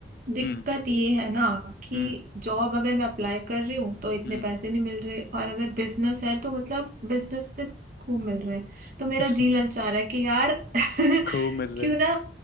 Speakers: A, on the right; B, on the left.
A: दिक्कत
B: हम्म
A: ये है ना कि
B: हम्म
A: जॉब अगर मैं अप्लाई कर रही हूँ तो इतने
B: हम्म
A: पैसे नहीं मिल रहे और अगर बिजनेस है तो मतलब बिजनेस में खूब मिल रहे हैं तो मेरा
B: <laughs>
A: जी ललचा रहा है कि यार <laughs>
B: खूब मिल
A: क्यों
B: रहा है
A: ना